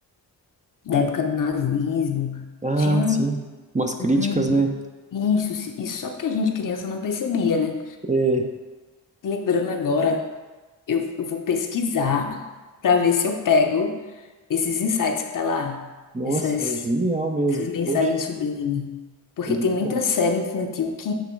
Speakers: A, on the left (about 50°); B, on the right (about 20°).
A: da época do nazismo.
B: Ah,
A: Tinha um,
B: sim. Umas críticas,
A: um-
B: né?
A: isso, isso só que a gente criança não percebia, né?
B: É,
A: Lembrando agora, eu, eu vou pesquisar para ver se eu pego. esses insights que tá lá,
B: nossa,
A: essas,
B: genial mesmo.
A: essas mensagens
B: Poxa,
A: sublimes. Porque
B: é muito
A: tem muita
B: bom.
A: série infantil que.